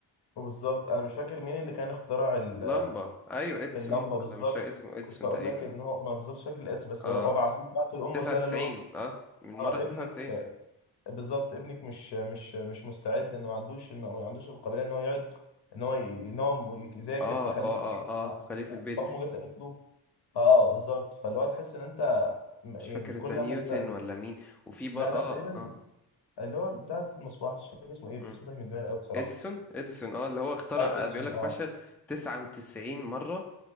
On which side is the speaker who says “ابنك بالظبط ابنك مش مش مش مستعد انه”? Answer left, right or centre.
Left